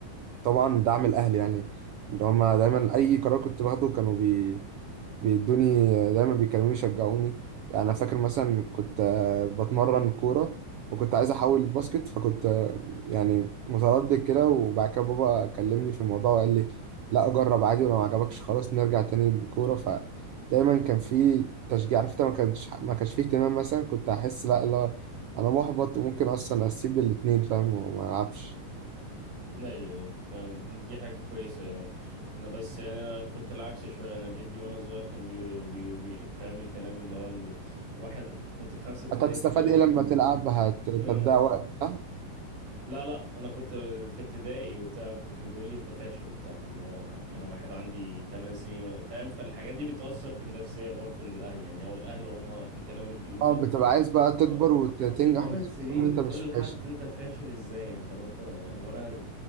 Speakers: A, on the right; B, on the right.
A: طبعا دعم الاهل يعني اللي هما دايما اي قرار كنت باخده كانوا بي... بيدوني دايما بيكلموني يشجعوني يعني انا فاكر مثلا كنت آه، بتمرن كوره وكنت عايز احول الباسكت فكنت آه، يعني متردد كده وبعد كده بابا كلمني في الموضوع وقال لي لا جرب عادي ولو ما عجبكش خلاص نرجع تاني بالكوره فدايما كان في تشجيع عرفت أنا ما كانش ما كانش فيه اهتمام مثلا كنت احس لا لا انا محبط وممكن اصلا اسيب الاتنين فاهم وما العبش
B: ايوه ايوه فاهم. دي حاجة كويسة يعني انا بس يعني انا كنت العكس شوية انا جدي وانا صغير كان بي... بي... بي... فاهم الكلام اللي هو اللي واحد كنت في خمسة ابتدائي
A: انت هتستفاد
B: كان يقول
A: ايه لما تلعب هت- انت
B: لي
A: بتضيع وقت
B: <laughs>
A: صح؟
B: لا لا انا كنت في ابتدائي وبتاع فكان بيقول لي انت فاشل وبتاع اللي هو انا انا واحد عندي 8 سنين فاهم فالحاجات دي بتأثر في النفسية برضه من الاهل يعني هو الاهل هم الكلام اللي بيقولوه
A: اه
B: ده
A: بتبقى عايز بقى تكبر
B: اه
A: وتنجح
B: اصل 8
A: وتثبت
B: سنين
A: لهم ان
B: بتقول
A: انت مش
B: لحد
A: فاشل
B: انت فاشل ازاي يعني طب انت هو انا